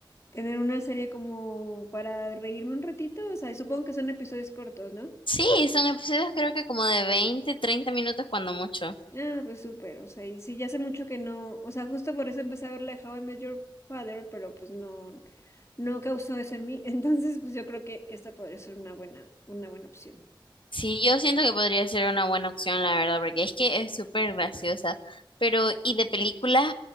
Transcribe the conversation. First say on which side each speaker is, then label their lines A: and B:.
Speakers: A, on the left; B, on the left.
A: tener una serie como para reírme un ratito, o sea, y supongo que son episodios cortos, ¿no?
B: Sí, son episodios creo que como de 20 30 minutos cuando mucho.
A: Ah, pues súper, o sea, y sí, ya hace mucho que no, o sea, justo por eso empecé a ver la de How I Met Your Father, pero pues no, no causó eso en mí, <laughs> entonces pues yo creo que esta podría ser una buena, una buena opción.
B: Sí, yo siento que podría ser una buena opción, la verdad, porque es que es súper graciosa. Pero, ¿y de películas?